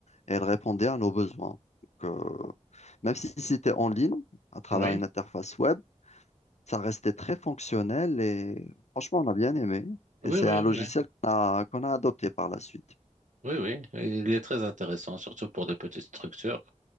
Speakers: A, on the left; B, on the right.
A: et elle répondait à nos besoins. Donc, euh, même si c'était en ligne, à travers
B: oui,
A: une interface web, ça restait très fonctionnel et franchement, on a bien aimé.
B: oui,
A: Et c'est
B: oui,
A: un logiciel
B: oui,
A: qu'on a, qu'on a adopté par la suite.
B: oui, oui, oui. Il est très intéressant, surtout pour des petites structures.